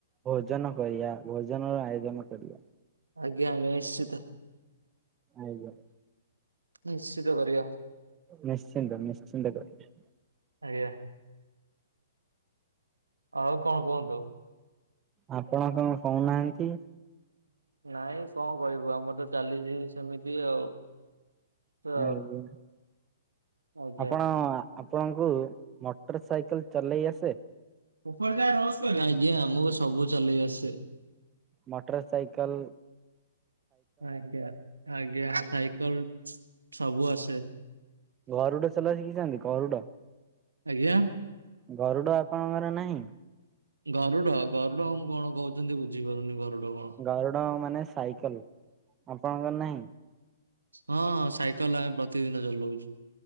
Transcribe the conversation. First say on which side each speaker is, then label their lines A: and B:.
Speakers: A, on the right; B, on the right.
A: ଭୋଜନ କରିଆ ଭୋଜନର ଆୟୋଜନ କରିବା।
B: ଆଜ୍ଞା ଆଜ୍ଞା ନିଶ୍ଚିତ।
A: ଆଜ୍ଞା।
B: ନିଶ୍ଚିତ କରିବା।
A: ନିଶ୍ଚିନ୍ତ ନିଶ୍ଚିନ୍ତ କରିବା।
B: ଆଜ୍ଞା। ଆଉ କଅଁ କୁହନ୍ତୁ?
A: ଆପଣ କଣ କହୁନାହାନ୍ତି।
B: ନାଇଁ କଅଁ କହିବୁ ଆମର ତ ଚାଲିଚି ସେମିତି ଆଉ। ତ
A: ଆଜ୍ଞା
B: ଆଜ୍ଞା।
A: ଆପଣ ଆପଣଙ୍କୁ ମୋଟର ସାଇକେଲ ଚଲେଇ ଆସେ?
B: ଆଜ୍ଞା ଆମକୁ ସବୁ ଚଲେଇ ଆସେ।
A: ମୋଟର ସାଇକଲ
B: ଆଜ୍ଞା ଆଜ୍ଞା ସାଇକଲ ସବୁ ଆସେ
A: ଘରୁଡ ଚଲା ଶିଖିଚନ୍ତି ଘରୁଟ,
B: ଆଜ୍ଞା।
A: ଗରୁଡ ଆପଣଙ୍କର ନାହିଁ।
B: ଗରୁଡ ଗରୁଡା, ମଁ କଣ କହୁଛନ୍ତି ବୁଝିପାରୁନି ଗରୁଡ କଣ।
A: ଗରୁଡ ମାନେ ସାଇକେଲ ଆପଣଙ୍କର ନାହିଁ?
B: ହଁ ସାଇକେଲ ଆମେ ପ୍ରତିଦିନ ଚଲଉଚୁ।